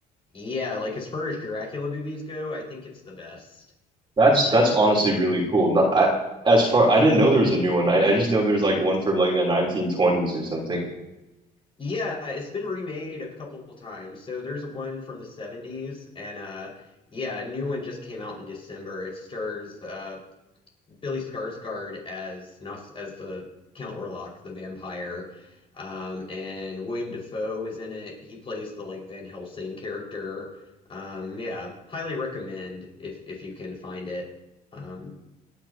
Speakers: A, on the left; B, on the right.
A: yeah, like as far as Dracula movies go, I think it's the best.
B: that's
A: Like
B: that's honestly really cool. Not, I as far I didn't know there was a new one. I, I just know there was like one from like the 1920s or something.
A: yeah, it's been remade a couple of times. So there's one from the 70s and uh yeah, a new one just came out in December. It stars uh Billy Skarsgård as Nos as the Count Orlok, the vampire. Um, and William Defoe is in it. He plays the like Van Helsing character. Um, yeah, highly recommend if if you can find it. Um,